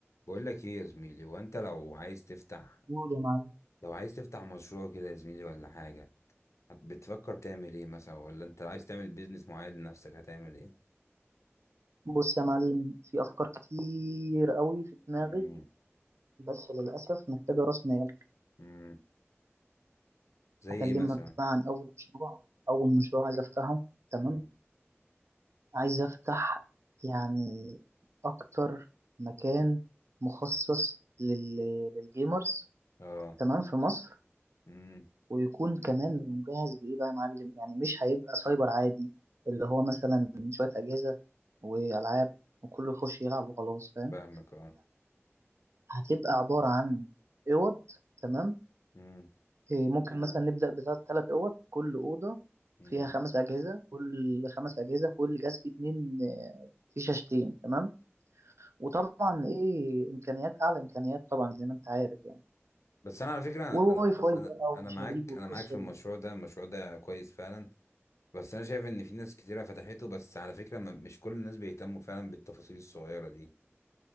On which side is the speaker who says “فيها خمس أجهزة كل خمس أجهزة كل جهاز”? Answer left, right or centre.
Right